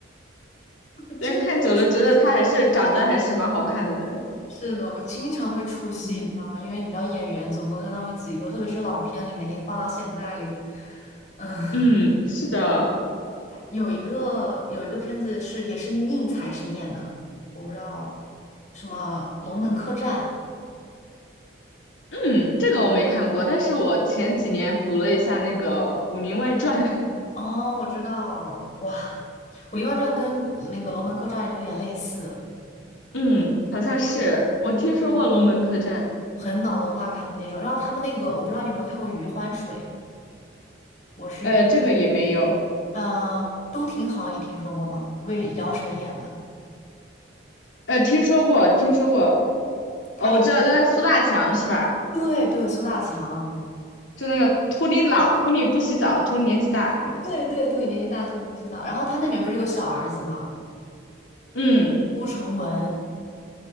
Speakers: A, on the left (about 40°); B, on the left (about 85°).
A: 我经常会出戏。
B: 但看久了觉得他还是长得还是蛮好看的。
A: 是的，我经常会出戏，
B: 嗯
A: 你知道吗？因为你知道演员总共就那么几个，特别是老片里面，你放到现在里，嗯，
B: 嗯，是的，
A: 有一个有一个片子是也是宁财神演的，我不知道什么《龙门客栈》，
B: 嗯，这个我没看过，但是我前几年补了一下那个《武林外传》，
A: 哦，我知道，哇，《武林外传》跟那个《龙门客栈》有点类似，
B: <laughs> 嗯，好像是我听说过龙门客栈，
A: 就是嗯，很脑洞大开的那种。然后他们那个，我不知道你有没有看过《余欢水》，我是余欢，
B: 呃，这个也没有。
A: 呃，都挺好，你听说过吗？为姚晨演的，
B: 呃，听说过，听说过。
A: 他里边
B: 哦，我知道，就那苏大强是吧？
A: 对对苏大强，
B: 就那个图你老，图你不洗澡，图你年纪大那个。
A: 对对对，年纪大秃你不知道。然后他那里面不是有个小儿子嘛，
B: 嗯，
A: 顾成文，